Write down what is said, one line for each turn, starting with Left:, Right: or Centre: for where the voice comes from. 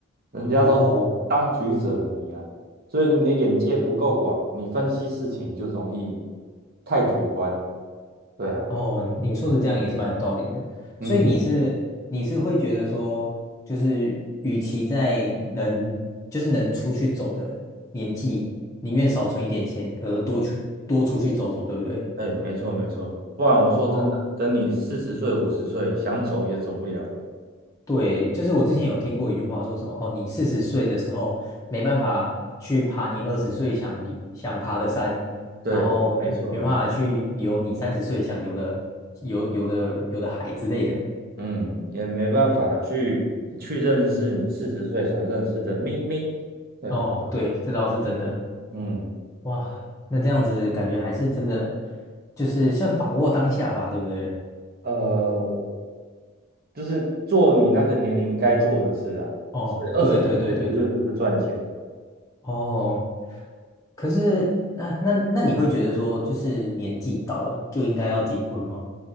Right: 人家都当局者迷啊，
Left: 哦
Right: 所以你的眼界不够广，你分析事情就容易太主观。对啊，
Left: 哦，你说的这样也是蛮有道理的。所以你是你是会觉得说，
Right: 嗯。
Left: 就是与其在能就是能出去走的年纪，宁愿少存一点钱，而多去多出去走走，对不对？
Right: 哎，没错没错，不然我说真的，
Left: 哦。
Right: 等你四十岁、五十岁，想走也走不了了。
Left: 对，就是我之前有听过一句话，说什么哦，你四十岁的时候没办法去爬你二十岁想想爬的山，
Right: 对，
Left: 然后没没办法去游你三十岁想游的游游的游的海之类的。
Right: 没错没错，嗯，也没办法去去认识你四十岁想认识的妹妹。对啊，
Left: 哦，对，这倒是真的。
Right: 嗯
Left: 哇，那这样子感觉还是真的，
Right: 嗯，
Left: 就是算把握当下吧，对不对？
Right: 呃，就是做你那个年龄该做的事啊，
Left: 哦，
Right: 所以二十几岁绝对不是赚钱的。
Left: 对对对对对，哦，可是那那那你会觉得说，就是年纪到了就应该要结婚吗？